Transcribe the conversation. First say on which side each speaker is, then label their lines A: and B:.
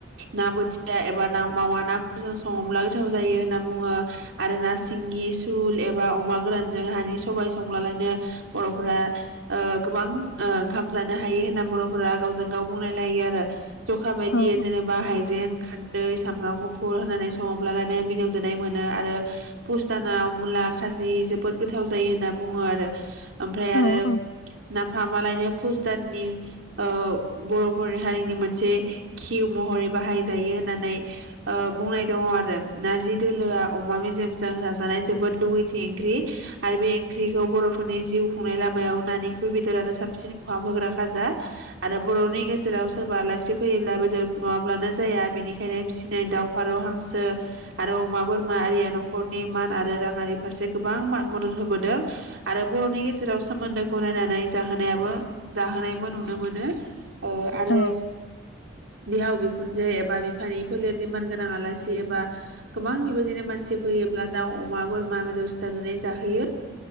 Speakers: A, on the right; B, on the left.
A: ना बोथिया एबा ना मावा नाफोरजों सङोब्ला गोथाव जायो होनना बुङो आरो ना सिंगि। थुल एबा अमा गोरानजों हानि सबाय संब्लालायनो बरफोरा ओ- गोबां ओंखाम जानो हायो होनना बरफोरा गावजों गाव बुंलायलायो आरो। जखा बायदियै
B: औ
A: जेनेबा हाइजें खा। दै सामब्राम गुफुर होननानै सङोब्लालायनो मिलौदोनाय मोनो आरो फुस दानाव। मुला खाजि जोबोद गोथाव जायो होनना बुङो आरो। ओमफ्राय आरो
B: औ औ
A: नाफामालायनो फुस। दाननि ओ- बरफोर हारिनि मोनसे खिउ महरै बाहायजायो होनननै ओ-बुंनाय दङ आरो नारजि दोलोआ अमा मेजेमजों जाजानाय। जोबोद लुुबैथि ओंख्रि आरो बे ओंख्रिखौ बरफोरनि जिउ खुंनाय लामायाव नानिख्रुइ बेदरानो साबसिन खहाब होग्रा खाजा आरो बरनि गेजेराव सोरबा आलासि फैयोब्ला बेदर नङाब्लानो जाया बेनिखायनो फिसिनाय दाव फारौ हांसो आरो अमा बोरमा आरिया नखरनि मान आरो। राङारि फारसे गोबां मा-दद होबोदों आरो बरनि गेजेराव सोमोन्दोखौ नायनानै जाहोनायाबो जाहोनायबो नुनो मोनो। ओ आरो।
B: औ
A: बिहाव बिखुनजो एबा बिफानि फोलेरनि मानगोनां आलासि एबा गोबां बिबादिनो मानसि फैयोब्ला दाउ। अमा बोरमा बेदर सिथारनानै जाहोयो